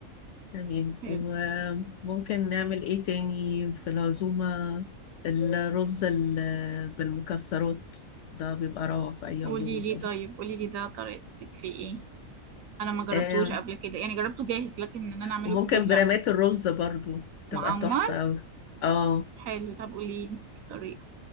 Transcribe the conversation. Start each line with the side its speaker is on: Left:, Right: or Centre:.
Left: تمام
Right: حلو
Left: وممكن نعمل ايه تاني في العزومة الرز ال- بالمكسرات ده بيبقى روعة في أي
Right: قولي
Left: عزومة
Right: لي طيب قولي لي ده طريقتك فيه ايه انا ما جربتوش
Left: طبعا
Right: قبل كده يعني جربته جاهز لكن ان انا اعمله
Left: وممكن
Right: في البيت
Left: برامات
Right: لا
Left: الرز برضو تبقى
Right: معمر
Left: تحفة أوي اه
Right: حلو طب قولي لي الطريقه